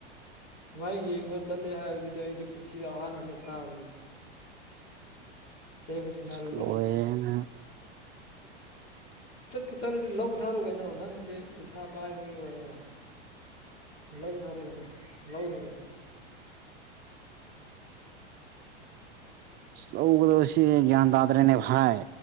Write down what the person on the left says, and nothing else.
ꯃꯥꯏ ꯌꯦꯡꯕ ꯆꯠꯂꯦ ꯍꯥꯏꯕꯗꯨꯗꯤ ꯑꯩꯗꯤ ꯄꯨꯟꯁꯤꯗ ꯑꯍꯥꯟꯕꯅꯤ ꯇꯥꯕꯅꯤ ꯊꯦꯡꯉꯕꯨ
ꯊꯦꯡꯅꯔꯨꯗꯨꯏꯅꯦ
ꯆꯠꯄꯨ ꯆꯠꯂꯗꯤ ꯂꯧ ꯊꯥꯔꯨ ꯀꯩꯅꯣ ꯅꯪꯁꯦ ꯄꯩꯁꯥ ꯄꯥꯏꯕ ꯃꯤ ꯑꯣꯏꯔꯒ ꯂꯧꯊꯔꯨꯒꯅꯣ ꯂꯧꯔꯨꯒꯅꯣ